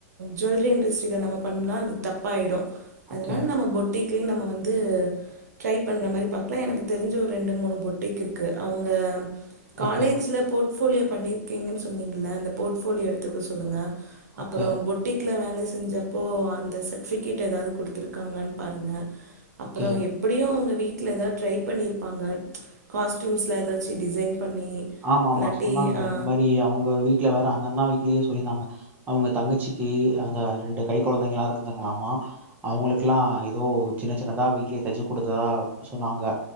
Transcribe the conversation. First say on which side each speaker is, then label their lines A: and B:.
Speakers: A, on the right; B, on the right.
A: ஜுவல்லரி இண்டஸ்ட்ரியில நம்ம பண்ணலாம் அது தப்பாயிடும் அதனால
B: ஓகே.
A: நம்ம பொட்டிக்குலயும் நம்ம வந்து ட்ரை பண்ற மாரி பாக்லா எனக்கு தெரிஞ்ச ஒரு ரெண்டு மூணு பொட்டிக் இருக்கு அவங்க காலேஜ்ல
B: ஓகே.
A: போர்ட்ஃபோலியோ பண்ணிருக்கீங்கன்னு சொன்னீங்க அந்த போர்ட்ஃபோலியோ எடுத்துக்க சொல்லுங்க அப்றோ
B: ஓகே.
A: பொட்டிக் ட்ல வேல செஞ்சப்போ அந்த சர்டிவிகேட் ஏதாவது குடுத்துருக்காங்களானு பாருங்க அப்பறோ
B: ஓகே.
A: எப் படியு அவுங்க வீட்ல எதா ட்ரை பண்ணிருப்பாங்க காஸ்டியூம்ஸில ஏதாச்சி டிசைன் பண்ணி
B: ஆமா
A: இல்லாட்டி
B: ஆமா சொன்னாங்க
A: ஆ
B: இந்த மாரி அவுங்க வீட்ல வேற அந்த அண்ணா வீட்லேயே சொல்லியிருந்தாங்க அவுங்க தங்கச்சிக்கி அந்த ரெண்டு கை கொழந்தைங்களா இருக்குதுங்களாமா அவுங்களுக்குல்லா ஏதோ சின்ன சின்னதா வீட்லயே தைச்சி குடுத்ததா சொன்னாங்க